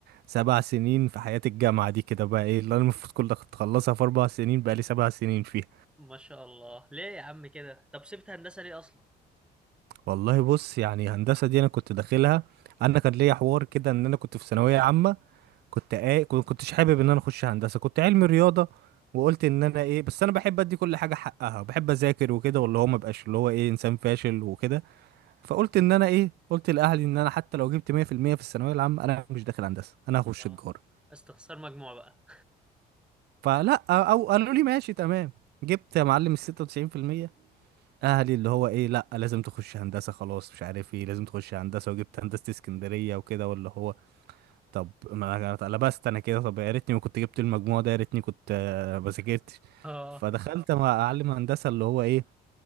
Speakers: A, on the right; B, in the centre.
A: سبع سنين في حياة الجامعة دي كده بقى ايه اللي انا المفروض كنت اخلصها في اربع سنين بقالي سبع سنين فيها
B: ما شاء الله ليه يا عم كده طب سبت هندسة ليه اصلا
A: والله بص يعني هندسة دي انا كنت داخلها انا كان ليا حوار كده ان انا كنت في ثانوية عامة كنت ايه كنت- كنتش حابب ان انا اخش هندسه كنت علمي رياضه وقلت ان انا ايه بس انا بحب ادي كل حاجه حقها بحب اذاكر وكده واللي هو ما بقاش اللي هو ايه انسان فاشل وكده فقلت ان انا ايه قلت لاهلي ان انا حتى لو جبت 100% في المية في الثانويه العامه انا مش داخل هندسه انا
B: اه
A: هخش تجاره
B: استخسار مجموع بقى
A: فلا او قالوا لي ماشي تمام جبت يا معلم ال 96% اهلي اللي هو ايه لا لازم تخش هندسه خلاص مش عارف ايه لازم تخش هندسه وجبت هندسه اسكندريه وكده واللي هو طب ما أنا اتقلبست انا كده طب يا ريتني ما كنت جبت المجموع ده يا ريتني كنت آه، ما ذاكرتش
B: <laughs> اه
A: فدخلت مع اعلم هندسه اللي هو ايه